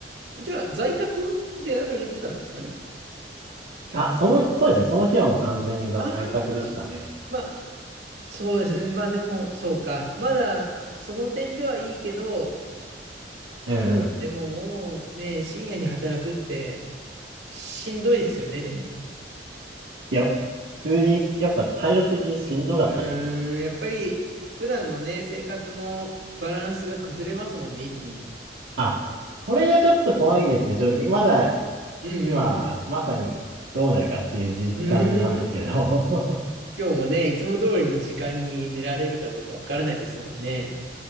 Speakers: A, on the right (about 70°); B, on the right (about 85°).
A: じゃあ、在宅でやられてたんですかね
B: あ、その、そうですね。その日はもう完全に在宅でしたね。
A: ああ、まあ、そうですね。まあ、でも、そうか。まだ、その点ではいいけど、
B: うんうん。
A: でももうね、深夜に働くってしんどいですよね、でも。
B: いや、普通に、やっぱ体力的にしんどかったですね。
A: うーん、やっぱり、普段のね、生活のバランスが崩れますもんね、一気に。
B: あ、これがちょっと怖いですね、正直。まだ、
A: うん
B: 今、まさにどうなるかっていう時間なんですけど。
A: うん。うーん。
B: <laughs>
A: 今日もね、いつも通りの時間に寝られるかどうかわからないですもんね。